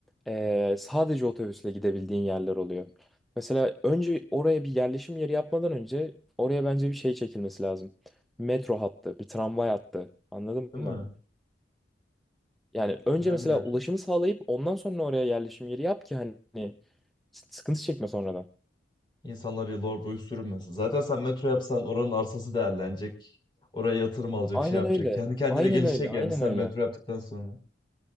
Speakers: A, in the centre; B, on the left.
A: Ee, sadece otobüsle gidebildiğin yerler oluyor. Mesela önce oraya bir yerleşim yeri yapmadan önce oraya bence bir şey çekilmesi lazım. Bir metro hattı, bir tramvay hattı. Anladın
B: Değil
A: mı?
B: mi?
A: Yani önce
B: Önemli
A: mesela
B: gerçekten.
A: ulaşımı sağlayıp ondan sonra oraya yerleşim yeri yap ki hani s- sıkıntı çekme sonradan.
B: İnsanlar yıllar boyu sürünmesin. Zaten sen metro yapsan oranın arsası değerlenecek. Oraya yatırım alacak,
A: Aynen
B: şey yapacak.
A: öyle.
B: Kendi kendine
A: Aynen
B: gelişecek
A: öyle. Aynen
B: yani sen
A: öyle.
B: metro yaptıktan sonra.